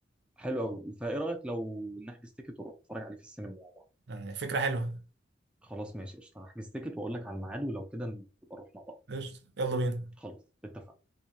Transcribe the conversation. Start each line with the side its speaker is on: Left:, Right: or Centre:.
Centre: حلو قوي فايه رايك لو نحجز تيكت ونروح نتفرج عليه في السينما مع بعض
Right: يعني فكره حلوه
Centre: خلاص ماشي قشطه هحجز تيكت واقول لك على الميعاد ولو كده نبقى نروح مع بعض
Right: قشطه يلا بينا
Centre: خلاص اتفقنا